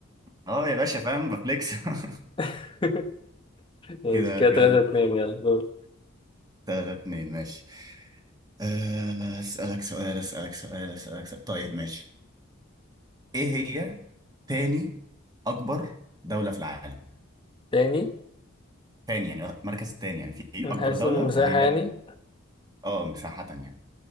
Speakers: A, on the right; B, on the left.
A: اه يا باشا فاهم بفليكس <laughs>
B: <laughs> ماشي
A: كده
B: كده
A: كام
B: 3 2 يلا دور
A: تلاتة اتنين ماشي آه، اسالك سؤال اسالك سؤال اسالك سؤال طيب ماشي ايه هي تاني اكبر دوله في العالم
B: تاني
A: تاني يعني المركز التاني يعني في
B: من
A: اكبر
B: حيث
A: دوله
B: المساحة
A: وهي
B: يعني
A: اه مساحه يعني